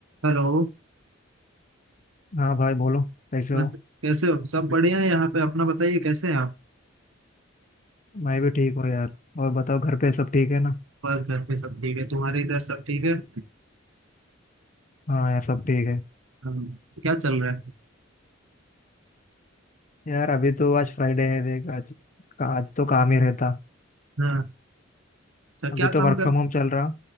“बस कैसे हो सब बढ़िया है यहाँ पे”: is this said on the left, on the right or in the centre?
Right